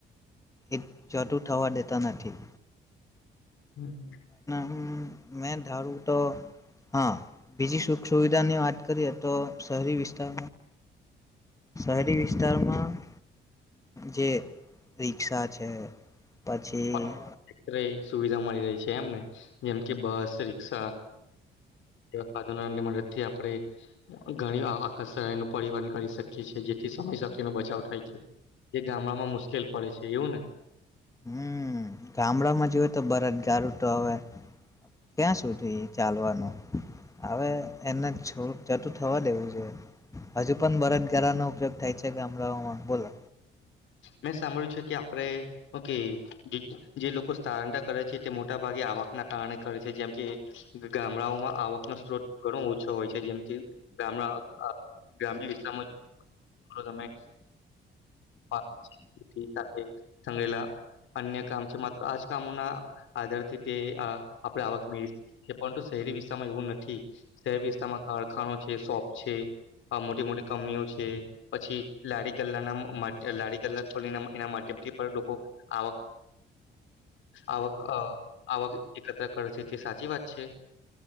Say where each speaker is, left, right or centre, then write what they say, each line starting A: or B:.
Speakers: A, on the left; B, on the left.
A: એ જતું થવા દેતા નથી
B: હમ્મ
A: ન હમ મેં ધારું તો હા બીજી સુખ સુવિધાની વાત કરીએ તો શહેરી વિસ્તાર શહેરી વિસ્તારમાં જે રિક્ષા છે. પછી
B: <unintelligible> રેય સુવિધા મળી રહી છે એમને જેમ કે બસ રિક્ષા સાધન ની મદદથી આપણે ઘણી આ કર્ષનું પરિવહન કરી શકીએ છે એ જેથી સમય સખીનો બચાવ થાય છે જે ગામડામાં મુશ્કેલ પડે છે એવું ને
A: હમ ગામડા માં જો હો તો બરદ ગારું તો હવે ક્યાં સુધી ચાલવાનું હવે એને છ જતું થવા દેવું જોઈએ હજુ પણ બરદગારાનો ઉપયોગ થાય છે ગામડાઓમાં બોલો
B: મેં સાંભળ્યું છે કે આપણે કે હુકે જે લોકો સ્થાળાન્તર કરે છે તે મોટા ભાગે આવક ના કારણે કરે છે જેમ કે ગામડાઓમાં આવક નો સ્ત્રોત ઘણો ઓછો હોય છે જેમ કે ગામડા અ ગ્રામ્ય વિસ્તારમાં ર તમે આ એ <unintelligible> અન્ય કામ છે માત્ર આજ કામોના આધારથી તે આ આપણે આવક મેળવી શકી છીએ પરંતુ શહેરી વિસ્તારમાં એવું નથી શહેરી વિસ્તારમાં કારખાનો છે શોપ છે અ મોટી મોટી કંપનીઓ છે પછી લાડી ગલ્લાના લારી <unintelligible> થોડી એના માધ્યમથી પણ લોકો આવક આવક અ આવક એકત્ર કરે છે તે સાચી વાત છે.